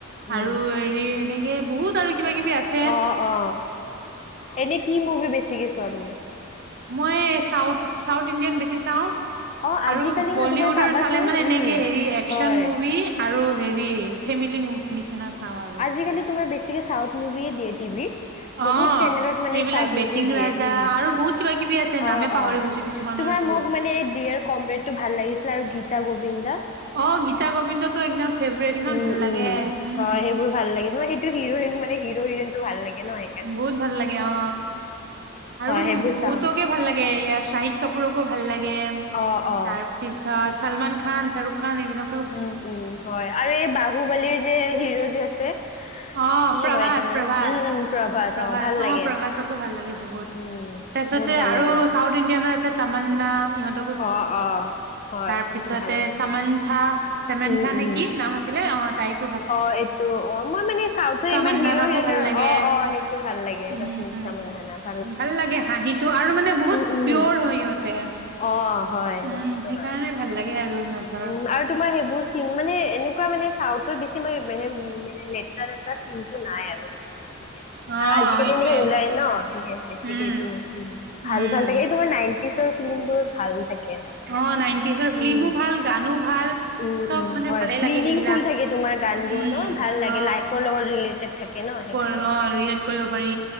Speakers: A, on the right; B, on the left.
A: আৰু
B: উম,
A: হেৰি এনেকে বহুত আৰু কিবা কিবি আছ
B: অ, অ, এনে কি মুভি বেছিকে চোৱা তুমি?
A: মই চাউথ চাউথ ইণ্ডিয়ান বেছি চাওঁ।
B: অ', আজিকালি
A: আৰু
B: ন
A: বলীউডৰ
B: তোমাৰ চাবাচোন
A: চালে মানে
B: উম,
A: এনেকে হেৰি একচন
B: হয়।
A: মুভি আৰু হেৰি ফেমিলি <inaudible> নিচিনা চাওঁ আৰু।
B: জিকালি তোমাৰ বেছি ছিকে চাউথ মুভিয়ে দিয়ে টিভিত। বহুত
A: অ
B: চেনেলত মানে
A: সেইবিলাক
B: চাউত
A: বেটিং
B: মুভি দিয়ে
A: ৰাজা
B: উম,
A: আৰু বহুত কিবা কিবি আছে
B: অ,
A: নামে
B: অ,
A: পাহৰি গৈছো কিছুমানৰতো
B: তোমাৰ মোক মানে এই দিয়েৰ কমৰেডটো ভাল লাগিছিলে আৰু গীতা গবিন্দা।
A: অ, গীতা গবিন্দটো একদম ফেভৰেট ইমান
B: উম,
A: ভাল লাগে
B: উম,
A: উম
B: হয়, সেইবোৰ ভাল লাগে তোমাৰ সেইটো হিৰোইন মানে হিৰো হিৰইনটো ভাল লাগে নহয়?
A: বহুত ভাল লাগে অ, আৰু
B: হয় সেইবোৰ
A: বহুতকে
B: চাওঁ
A: ভাল লাগে এয়া চাহিদ কাপুৰকো ভাল লাগে।
B: অ, অ,
A: তাৰ পিছত ছালমান খান, শ্বাহৰুখ খান এইবিলাক
B: উম, উম, হয়, আৰু এই বাহুবালিৰ যে হিৰ' যে আছে
A: অ,
B: কি
A: প্ৰভাচ
B: হয় এইটোৰ নাম
A: প্ৰভাচ
B: উম উম প্ৰভাস
A: প্ৰভাচ
B: ভাল
A: অ,
B: লাগে
A: প্ৰভাচক কো ভাল লাগে বহুত।
B: উম
A: তাৰপিছতে
B: বহুত ভাল
A: আৰু
B: লাগে
A: চাউথ ইণ্ডিয়ানৰ আছে তামান্না ইহঁত
B: অ, অ, হয়
A: তাৰ
B: সেইটো
A: পিছতে
B: ভাল লাগে
A: চামান্থা চেমেন্থা
B: উম
A: নে
B: উম
A: কি নাম আছিলে, অ, তাইক
B: অ, এইটো, অ, মই মানে চাউথৰ ইমান
A: মন্দানাকো
B: হিৰ' হিৰইনৰ
A: ভাল লাগে
B: অ, অ, সেইটো ভাল লাগে
A: উম
B: ৰশ্মি <unintelligible>
A: ভাল লাগে হাঁহিটো আৰু মানে বহুত
B: উম
A: পিয়ৰ হয় সিহঁতে।
B: অ, হয়,
A: উম,
B: সেইটোতো
A: সেইকাৰণে
B: হয়,
A: ভাল লাগে আৰু সিহঁতৰ
B: উম আৰু তোমাৰ সেইবোৰ চিন মানে এনেকুৱা মানে চাউথৰ বেছি মানে <unintelligible> লেতৰা লেতৰা চিনটো নাই আৰু। <unintelligible> বেছি কে
A: অ',
B: আৰু আজিকালি
A: এইটোয়ে
B: এনেকে ওলাই ন এনে বেছিকে
A: উম,
B: এইটো উম,
A: উম,
B: ভাল ভাল থাকে এই তোমাৰ নাইনতিছৰ ফিলিমবোৰত ভাল থাকে। এনেকুৱা।
A: অ, নাইনটিজৰ
B: উম,
A: ফ্লিমো ভাল গানো ভাল
B: উম,
A: চব
B: উম,
A: মানে
B: হয়
A: ভালেই লাগে
B: মিনিংফুল
A: সেইবিলাক,
B: থাকে তোমাৰ গান
A: উম,
B: বোৰ ন ভাল
A: অ,
B: লাগে লাইফৰ লগত ৰিলেটেড থাকে ন
A: ক
B: সেইকাৰণে।
A: অ, ৰিয়েক্ট কৰিব পাৰি